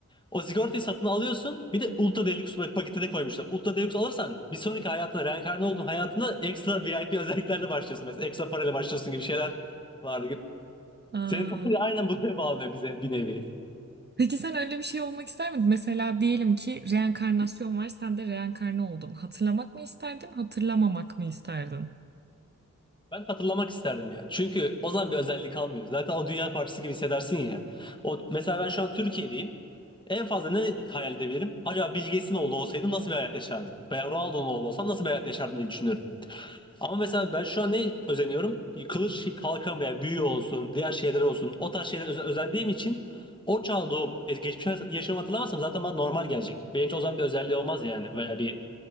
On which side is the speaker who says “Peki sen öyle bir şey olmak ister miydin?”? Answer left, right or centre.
Right